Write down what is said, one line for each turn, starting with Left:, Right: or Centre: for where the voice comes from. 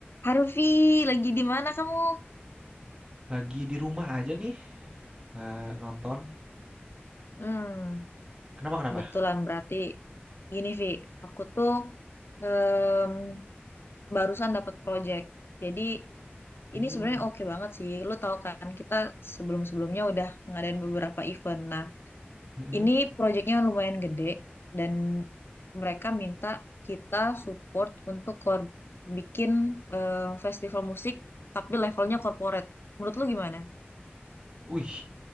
Left: Harvey, lagi di mana kamu?
Right: Lagi di rumah aja nih, nggak nonton.
Left: Hmm,
Right: Kenapa kenapa?
Left: kebetulan berarti gini, Vi. Aku tuh em, barusan dapat project. Jadi
Right: Hmm,
Left: ini sebenarnya oke banget sih. Lu tahu kan kita sebelum-sebelumnya udah ngadain beberapa event. Nah,
Right: mm-mm.
Left: ini projectnya lumayan gede dan mereka minta kita support untuk kor- bikin em, festival musik tapi levelnya corporate. Menurut lu gimana?
Right: Wih,